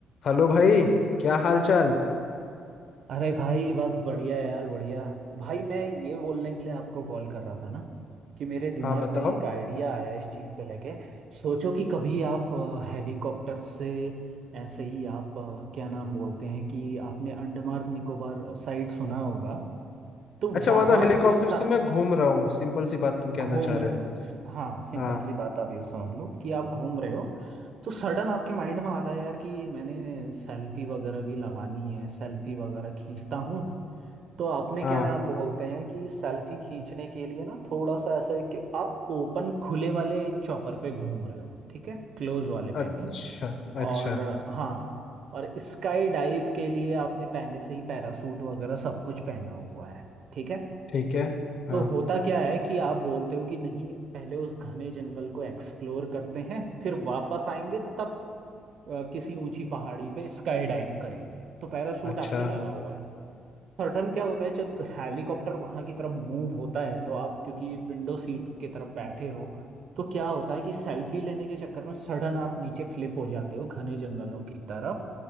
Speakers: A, on the left; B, on the right.
A: Hello भाई क्या हाल चाल
B: अरे भाई बस बढ़िया यार बढ़िया भाई मैं ये बोलने के लिए आपको कॉल कर रहा था ना कि मेरे दिमाग
A: हाँ बताओ
B: में एक आइडिया आया इस चीज़ को लेके सोचो कि कभी आप अ, हेलीकॉप्टर से ऐसे ही आप अ, क्या नाम बोलते हैं कि आपने अंडमान निकोबार साइड सुना होगा तो
A: अच्छा
B: वहाँ
A: मतलब हेलीकॉप्टर
B: उस सा-
A: से मैं घूम रहा हूँ सिंपल सी बात तुम
B: घूम
A: कहना चाह रहे
B: रहे
A: हो
B: हो स- हाँ सिंपल
A: हाँ
B: सी बात आप ये समझ लो कि आप घूम रहे हो
A: हम्म।
B: तो सडन आपके माइंड में आता है यार कि मैंने सेल्फी वगैरह भी लगानी है सेल्फी वगैरह खींचता हूँ तो आपने
A: हाँ
B: क्या नाम बोलते हैं कि सेल्फी खींचने के लिए ना थोड़ा सा ऐसा है कि आप ओपन खुले वाले चौपर पे घूम रहे हो ठीक है क्लोज वाले पे
A: अच्छा
B: नहीं
A: अच्छा
B: और हाँ और स्काई डाइव के लिए आपने पहले से ही पैरासूट वगैरह सब कुछ पहना हुआ है ठीक है
A: ठीक है हाँ
B: तो होता क्या है कि आप बोलते हो कि नहीं पहले उस घने जंगल को एक्सप्लोर करते हैं फिर वापस आएंगे तब अ, किसी ऊंची पहाड़ी पे स्काई डाइव करेंगे तो पैरासूट
A: अच्छा
B: आपके लगा हुआ है सर्टन क्या होता है जब हेलीकॉप्टर वहां की तरफ मूव होता है तो आप क्योंकि विंडो सीट की तरफ बैठे हो तो क्या होता है कि सेल्फी लेने के चक्कर में सडन आप नीचे फ्लिप हो जाते हो घने जंगलों की तरफ